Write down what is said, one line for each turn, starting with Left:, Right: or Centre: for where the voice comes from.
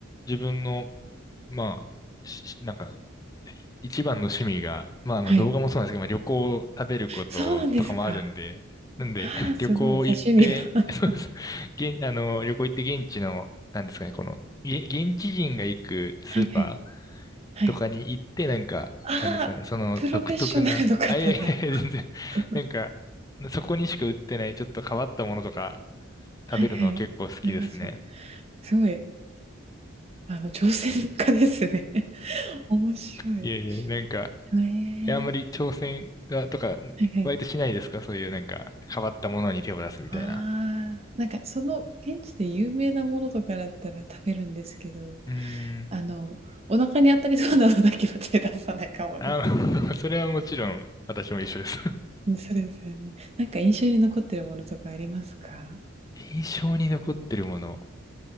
Left: 自分の、まあ、しなんか、一番の趣味が、まあ、
Right: はい。
Left: まあ動画もそうなんですけど、まあ、旅行、食べることとかもあるんで、
Right: そうなんですか。
Left: なんで、
Right: ああ、
Left: <laughs>
Right: すごい。
Left: 旅行行って、
Right: 刺身だ。<laughs>
Left: <laughs> そうです。現、あの、旅行行って現地の、なんですかね、この、げ現地人が行くスーパー
Right: はいはい。はい。
Left: とかに行って、なんか、
Right: あ
Left: なんですかね、その独特な、
Right: あ、プロフェッショナルの方だ。
Left: あ、いやいやいや、全然、
Right: <laughs>
Left: なんか、そこにしか売ってない、ちょっと変わったものとか食べるのは結構好きですね。
Right: はいはい。なります。すごい、あの、挑戦家ですね。<laughs> 面白い。
Left: いやいや、なんか、
Right: ええ
Left: え、あんまり挑戦が、とか、
Right: はいはい。
Left: 割としないですかそういうなんか、変わったものに手を出すみたいな。
Right: ああ、なんかその現地で有名なものとかだったら食べるんですけど、
Left: うーん。
Right: あの、お腹に当たりそうなのだけは手出さないかもです。
Left: あ、<laughs> それはもちろん、私も一緒です。<laughs>
Right: <laughs> うん、そうですよね。なんか印象に残ってるものとかありますか？
Left: 印象に残ってるもの。